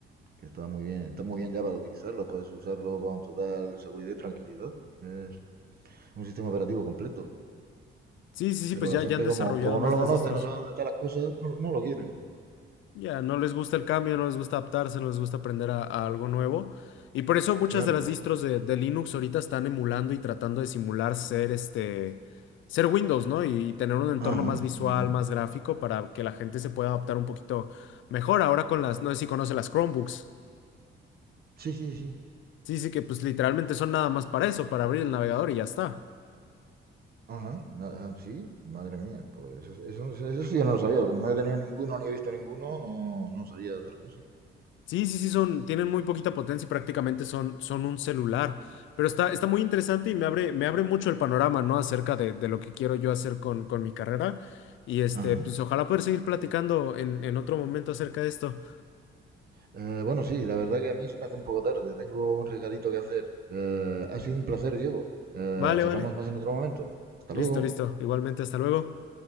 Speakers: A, on the right; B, on the left.
A: Que está muy bien, está muy bien ya para utilizarlo, puedes usarlo con total seguridad y tranquilidad. Es un sistema operativo completo.
B: Sí, sí, sí,
A: Pero
B: pues ya,
A: la gente
B: ya han desarrollado
A: como, como
B: más
A: no lo
B: las
A: conoce,
B: distros.
A: no sabe dónde están las cosas, no, no lo quieren.
B: Ya, no les gusta el cambio, no les gusta adaptarse, no les gusta aprender a, a algo nuevo. Y por eso muchas
A: Claro.
B: de las distros de, de Linux ahorita están emulando y tratando de simular ser este, ser Windows, ¿no? Y, tener un entorno
A: Ajá,
B: más visual,
A: ajá.
B: más gráfico para que la gente se pueda adaptar un poquito mejor. Ahora con las, no sé si conoce las Chromebooks.
A: Sí, sí, sí.
B: Sí, sí, que pues literalmente son nada más para eso, para abrir el navegador y ya está.
A: Ajá. Na- ah, sí, madre mía. Pues eso, eso, eso sí que no lo sabía. Como no he tenido ninguno ni he visto ninguno, no, no sabía de tal cosa.
B: Sí, sí, sí, son, tienen muy poquita potencia y prácticamente son, son un celular. Pero está, está muy interesante y me abre, me abre mucho el panorama, ¿no? Acerca de, de lo que quiero yo hacer con, con mi carrera. Y este,
A: Ajá.
B: pues ojalá poder seguir platicando en, en otro momento acerca de esto.
A: Eh, bueno, sí, la verdad que a mí se me hace un poco tarde. Tengo un recadito que hacer. Eh, ha sido un placer, Diego. Eh,
B: Vale,
A: charlamos
B: vale.
A: más en otro momento. Hasta
B: Listo,
A: luego.
B: listo. Igualmente, hasta luego.